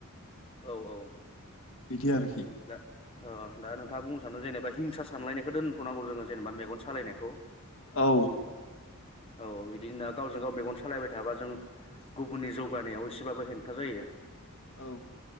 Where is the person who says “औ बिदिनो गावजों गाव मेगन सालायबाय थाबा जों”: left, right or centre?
Left